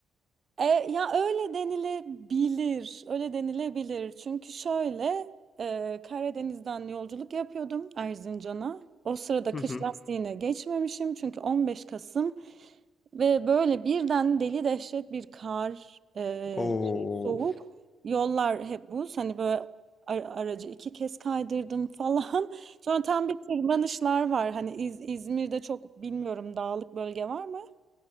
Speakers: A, on the right (about 45°); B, on the left (about 35°).
A: E, ya öyle denilebilir, öyle denilebilir. Çünkü şöyle e, Karadeniz'den yolculuk yapıyordum Erzincan'a. O sırada
B: Hı
A: kış
B: hı.
A: lastiğine geçmemişim çünkü 15 Kasım ve böyle birden deli dehşet bir kar, e,
B: Oo,
A: soğuk, yollar hep buz. Hani böyle ar- aracı iki kez kaydırdım falan. <laughs> Sonra tam bir tırmanışlar var. Hani İz- İzmir'de çok bilmiyorum dağlık bölge var mı?